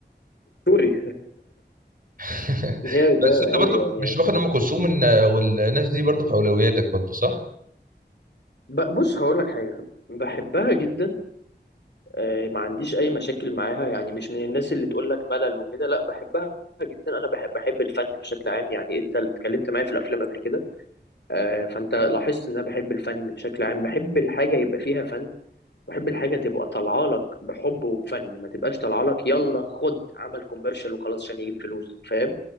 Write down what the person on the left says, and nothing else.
سوري
<laughs> جامد
ده
قوي
يعني
يعني
ب- بص هقول لك حاجه بحبها جدا آه، ما عنديش اي مشاكل معاها يعني مش من الناس اللي تقول لك ملل وكده لا بحبها جدا انا بحب بحب الفن بشكل عام يعني انت اللي اتكلمت معايا في الافلام قبل كده آه، فانت لاحظت ان انا بحب الفن بشكل عام بحب الحاجه يبقى فيها فن بحب الحاجه تبقى طالعه لك بحب وبفن ما تبقاش طالعه لك يلا خد عمل كوميرشال وخلاص عشان يجيب فلوس فاهم